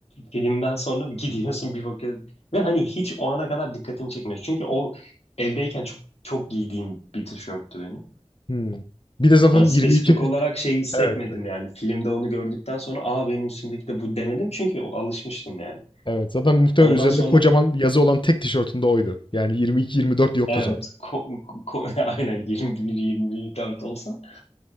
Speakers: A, on the left; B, on the left.
A: filmden sonra <laughs> gidiyorsun bir bakıyorsun. Ve hani hiç o ana kadar dikkatimi çekmiyor. Çünkü o evdeyken çok çok giydiğim bir tişörttü benim.
B: Hmm. Bir de zaten
A: Yani spesifik
B: 22. <laughs>
A: olarak şey hissetmedim
B: Evet.
A: yani. Filmde onu gördükten sonra aa benim üstümdeki de bu demedim. Çünkü alışmıştım yani.
B: Evet, zaten muhtemelen
A: Ondan
B: üzerinde
A: sonra
B: kocaman bir yazı olan tek tişörtünde oydu. Yani 22-24 yoktu
A: Evet.
B: zaten.
A: Ko- ko- <laughs> aynen 21-24 olsa